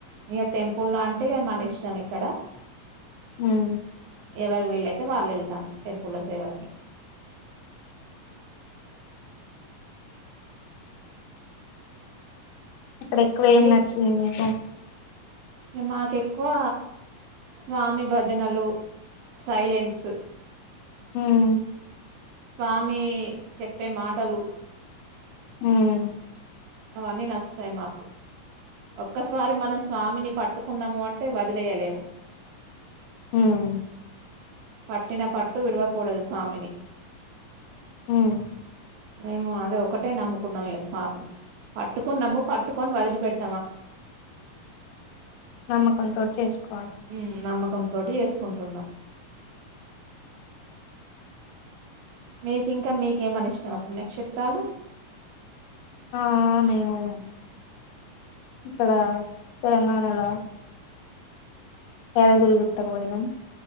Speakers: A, on the right; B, on the left.
A: ఇగ టెంపుల్ లో అంటే ఇగ మన ఇష్టం ఇక్కడ
B: ఉమ్
A: ఎవరి వీళ్ళైతే వాళ్ళు ఎళ్తాం టెంపు లో సేవకి
B: అక్కడ ఎక్కువ ఏం
A: మీ
B: నచ్చింది మీకు
A: మాకెక్కువ స్వామి భజనలు సైలెన్స్
B: ఉమ్
A: స్వామి చెప్పే మాటలు
B: ఉమ్
A: అవన్నీ నచ్చుతాయి మాకు ఒక్కసారి మనం స్వామిని పట్ ట్టుకున్నాము అంటే వదిలేయ్యలేము
B: ఉమ్
A: పట్టిన పట్టు విడవకూడదు స్వామిని
B: ఉమ్
A: మేము అద ఒకటే నమ్ముకున్నాం స్వామిని పట్టుకున్నాము పట్టుకొని వదిలిపెట్
B: నమ్మకం తోటి చేసుకో
A: ఉమ్ నమ్మకం తోటి చెసుకుంటున్నాం మీకింకా మీకేమనిష్టం పుణ్యక్షేత్రాలు
B: ఆ నేను ఇక్కడ తెలంగాణల యాదగిరి గుట్టకుపోయినం